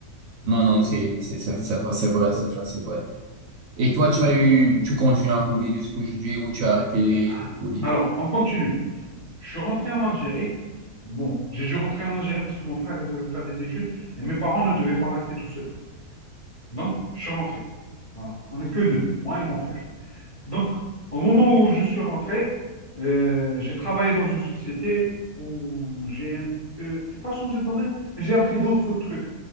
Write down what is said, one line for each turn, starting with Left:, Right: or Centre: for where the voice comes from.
Right: Non, non, c'est, c'est, c'est c'est vrai, c'est vrai, c'est vrai, c'est vrai. Et toi, tu as eu, tu continues à coder jusqu'aujourd'hui ou tu as arrêté
Left: Ah.
Right: de coder?
Left: Alors, on continue. Je suis rentré en Algérie. Bon, j'ai dû rentrer en Algérie parce que mon frère, il devait faire des études et mes parents ne devaient pas rester tout seuls. Donc, je suis rentré. Voilà. On n'est que deux, moi et mon frère. Donc, au moment où je suis rentré, euh, j'ai travaillé dans une société où j'ai un peu, c'est pas changé de domaine, mais j'ai appris d'autres trucs.